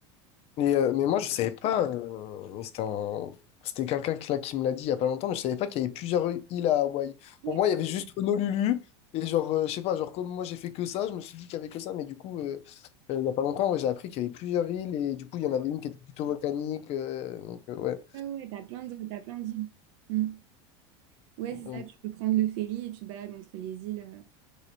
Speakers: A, on the left; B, on the right.
A: Mais, euh, mais moi, je savais pas. euh, c'était un- c'était quelqu'un qui, là, qui me l'a dit il y a pas longtemps, mais je savais pas qu'il y avait plusieurs îles à Hawaï.
B: Ouais,
A: Pour moi, il y avait juste Honolulu. Et genre, euh, je sais pas, genre, comme moi, j'ai fait que ça, je me suis dit qu'il y avait que ça. Mais du coup, euh, euh, il y a pas longtemps, ouais, j'ai appris qu'il y avait plusieurs îles. Et du coup, il
B: ouais,
A: y en avait une qui était plutôt volcanique. euh, donc, euh, ouais.
B: ouais, ouais, t'as plein de, t'as plein d'îles. Mm. Ouais,
A: Donc,
B: c'est ça, tu peux prendre le ferry et tu te balades entre les îles. euh,